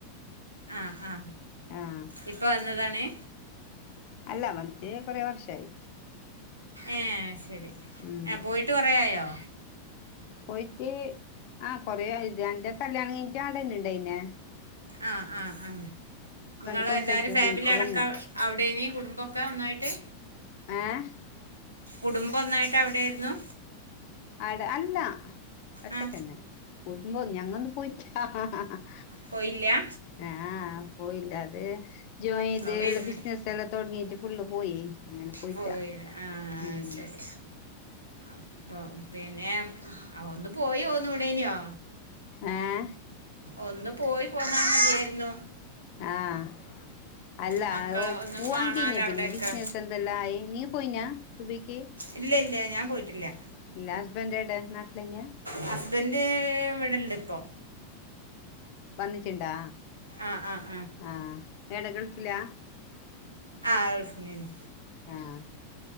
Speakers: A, on the right (about 85°); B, on the left (about 45°).
A: ആ ആ
B: ആഹ്
A: ഇപ്പൊ വന്നതാണെ?
B: അല്ല വന്നിട്ട് കുറെ വർഷായി
A: ഏ ശരി
B: ഉം
A: ആ പോയിട്ട് കൊറെയായോ?
B: പോയിട്ട് ആ കൊറെയായി ഇത് ൻ്റെ കല്യാണം കഴിഞ്ഞിട്ടവടെന്നെണ്ടായിന്നെ
A: ആ ആ ആ ങ്ങള്
B: പ്രസവിച്ച
A: എല്ലാരും ഫാമിലി
B: സമയത്ത്
A: അടക്കം
B: വന്ന
A: അവിടെേനി കുടുംബക്കെ ഒന്നായിട്ട്?
B: ഏ?
A: കുടുംബ ഒന്നായിട്ട് അവിടൊയിരുന്നു?
B: ആടെ അല്ല! ഒറ്റക്കന്നെ!
A: ആ
B: കുടുബോ ഞങ്ങൊന്നും പോയിട്ട്ല്ല ഹ ഹ
A: പോയില്ലാ?
B: ആ പോയില്ല അത് ജോയിൻ ചെയ്ത്
A: അവൻ വരുന്ന്
B: എല്ലാം ബിസിനസ്സല്ലാം തുടങ്ങിട്ട് ഫുള്ള് പോയി അങ്ങനെ പോയിറ്റാ
A: പോയിരാ ആ
B: ഉം
A: ശരി അപ്പം പിന്നെ അ ഒന്ന് പോയോന്നൂടേന്യോ.
B: ഏഹ്.
A: ഒന്ന് പോയി പോന്നാ മതിയാര്ന്നു.
B: ആഹ്. അല്ല
A: മക്കളെ
B: അഉ
A: ഒന്ന്
B: പൂവാകെയ്ഞ്ഞ്
A: കാണാലോ
B: പിന്നെ
A: അവിടെയൊക്കെ
B: ബിസ്നസെന്തെല്ല ആയി നീ പോയിനാ ദുബയ്ക്ക്?
A: ഇല്ലല്ല ഞാപോയിട്ടില്ല.
B: ഇല്ല ഹസ്ബൻ്റെടെ നാട്ടിലന്യാ?
A: ഹസ്ബൻ്റ് ഇവടണ്ട് പ്പൊ.
B: ബന്നിട്ടുണ്ടാ
A: ആഹ് ആഹ്
B: ആഹ് എടെ ഗൾഫിലാ?
A: ആഹ് ഗൾഫ് ലേനി.
B: ആഹ്.